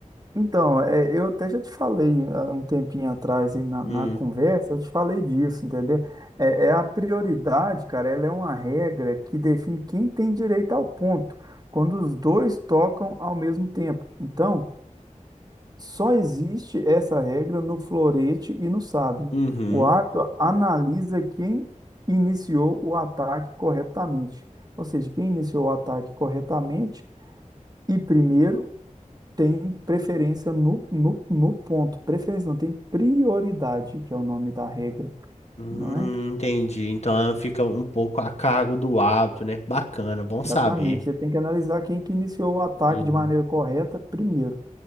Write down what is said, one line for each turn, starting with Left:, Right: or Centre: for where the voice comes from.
Right: Então, é, eu até já te falei há um tempinho atrás e na,
Left: Hum,
Right: na conversa, eu te falei disso, entendeu? É, é a prioridade, cara, ela é uma regra que define quem tem direito ao ponto, quando os dois tocam ao mesmo tempo. Então, só existe essa regra no florete e no sabre.
Left: uhum,
Right: O árbitro analisa quem iniciou o ataque corretamente, ou seja, quem iniciou o ataque corretamente e primeiro tem preferência no, no, no ponto. Preferência não, tem prioridade, que é o nome da regra,
Left: hum,
Right: não é?
Left: entendi. Então ela fica um pouco a cargo do hábito, né? Bacana, bom
Right: Exatamente.
Left: saber.
Right: Ele tem que analisar quem que iniciou o ataque
Left: Uhum,
Right: de maneira correta primeiro,